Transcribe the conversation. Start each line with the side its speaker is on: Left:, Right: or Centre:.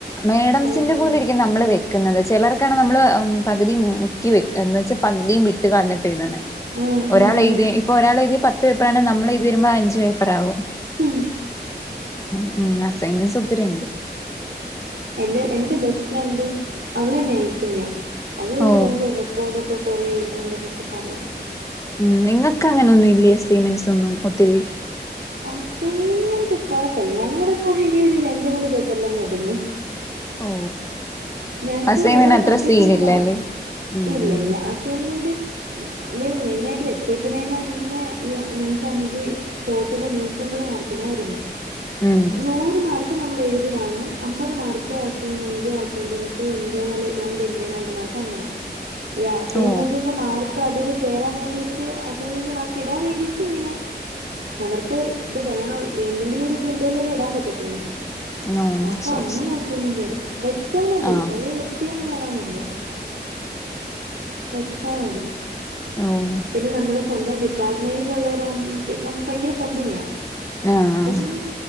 Left: മേഡംസിന്റെ
Right: ആഹ്
Left: പോലെ ഇരിക്കും നമ്മൾ വെക്കുന്നത് ചിലർ നമ്മള് പകുതി മുക്കി വെക്ക എന്ന് വെച്ചാ പകുതിയും വിട്ട് കളഞ്ഞിട്ട് എഴുതാണ്
Right: ആഹ്
Left: ഒരാൾ
Right: ആഹ്
Left: എഴ്തി
Right: ആഹ്
Left: ഇപ്പൊ ഒരാൾ എഴ്തി പ പേപ്പറാണേ നമ്മൾ എഴുതി വരുമ്പോ അഞ്ച് പേപ്പറാകും
Right: മ്ഹ്
Left: മ് ന്നാ അസൈൻമെൻസ് ഒത്തിരി ഇണ്ട്
Right: എന്റെ എന്റെ ബെസ്റ്റ് ഫ്രണ്ടും അവള് നേഴ്സിങ്ങാ അവള്
Left: ഓ
Right: <unintelligible> റെക്കോർഡ് ഒക്കെ കുറെ എഴുതണ്ടെന്നൊക്കെ പറയും
Left: ഉം നിങ്ങക്ക് അങ്ങനൊന്നും ഇല്ലേ അസൈൻമെന്റ്സ് ഒന്നും ഒത്തിരി
Right: അതന്നെ കുഴപ്പമില്ല ഞങ്ങളതാണെങ്കി ഒരു രണ്ട് മൂന്ന് പേപ്പറിലങ്ങ് ഒതുങ്ങും
Left: ഓ
Right: ഞങ്ങക്ക്
Left: അസൈൻമെന്റ്
Right: ഓരോ
Left: അത്ര
Right: സബ്ജക്റ്റിനും
Left: സീനില്ലല്ലേ
Right: വേണം
Left: ഉം
Right: ഇല്ല
Left: ഉം
Right: ഇല്ല അസൈൻമെന്റ് ഇവര് മെയിനായിട്ട് വെച്ചേക്കുന്നേന്ന് തന്നെ ഈ ഞങ്ങക്കാണെങ്കി ടോട്ടല് നൂറ്റമ്പത് മാർക്കിനാ വരുന്നേ
Left: ഉം
Right: നൂറ് മാർക്ക് നമ്മൾ എഴുതി വങ്ങും അമ്പത് mark assignment at attendance internal രണ്ട് ഇന്റേർണലിന്റെ മാർക്ക് അങ്ങനെ ഈ അസൈൻമെന്റിന്റെ
Left: ഓ
Right: മാർ അതില് കേറാൻ വേണ്ടിട്ട് അസൈൻമെന്റ് മാർക്കിടാൻവേണ്ടീട്ട് ഇങ്ങനെ അവർക്ക് ഇത് വേണോ എന്തെങ്കിലും ഇത് ഉണ്ടേലല്ലേ ഇടാൻ പറ്റത്തോള്ളൂ
Left: ഓ
Right: അപ്പൊ
Left: ശരി
Right: അങ്ങനെ
Left: ശരി
Right: അസൈമന്റെതും വെ വച്ചാ മതി
Left: ആഹ്
Right: വല്യ വൃത്തിയൊന്നും വേണാന്നി <unintelligible> വെച്ചാ മതി
Left: ഓഹ്
Right: പിന്നെ നമ്മുടെ സ്വന്തം ഡിപ്പാർട്ട്മെന്റിലൊള്ളര മ് പിന്നെ പയങ്കരകമ്പനിയാ
Left: ആഹ്
Right: അപ്പൊപിന്നെ